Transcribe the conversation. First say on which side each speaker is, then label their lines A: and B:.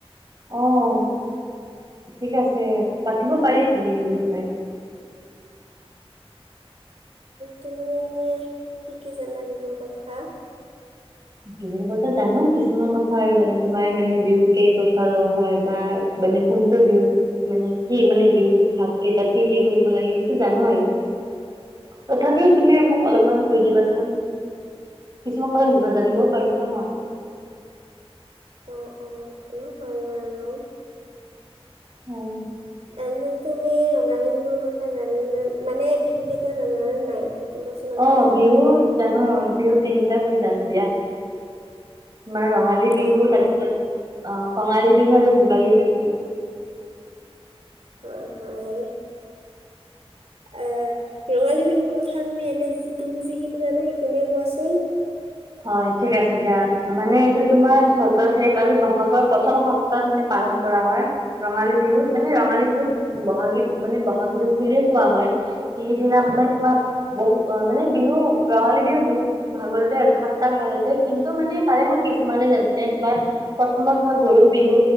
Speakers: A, on the right; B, on the right.
A: আহ। ঠিক আছে, পাতিব <unintelligible> বিহুৰ বিষয়ে।
B: তুমি এনে কি কি জানা বিহুৰ কথা?
A: বিহুৰ কথা জানো কিছুমান কথা আৰু যেনে তোমাৰ মানে বিহু কেই প্ৰকাৰৰ হয় বা মানে কোনটো বিহুত মানে কি মানে বিহুত ভাগ কেইটা কি কি কৰিব লাগে সেইটো জানো আৰু
B: <unintelligible>
A: তথাপিও তুমি মোক অলপমান
B: অ
A: কৈ দিবাচোন কিছুমান নাজানিব
B: উম
A: কথা পাৰো ন মই
B: অ অ এটো হয় বাৰু
A: হয়
B: এনে তুমি ৰঙালী বিহুৰ কথা জান মানে বিহুকেইটা জানা নে নাই সেইটো কোৱাচোন আগতে
A: অ বিহুত জানো বিহুত তিনিটা বুলি জানো দিয়া তোমাৰ ৰঙালী
B: অ',
A: বিহু তাৰ পিছত অ কঙালী বিহু আৰু ভোগালী বিহু
B: হয় হয় আহ ৰঙালী বিহুৰ কথা তুমি এনে তুমি যিখিনি জানা সেইখিনিয়ে কোৱাচোন
A: হয় ঠিক আছে দিয়া মানে এইটো তোমাৰ চতৰ শেষ আৰু বহাগৰ প্ৰথম সপ্তাহ মানে পালন কৰা হয় ৰঙালী বিহু মানে ৰঙালী বিহুক বহাগী মানে বহাগ বিহু বুলিয়ে কোৱা হয় সি সিদিনা মানে তোমাৰ বহু অ মানে বিহু ৰঙালী বিহু বহুত ভাগৰে আছে সাট টা ভাগত আছে কিন্তু মানে তাৰে মই কিছুমানে জানো যেনে তোমাৰ প্ৰথমত হয় গৰু বিহু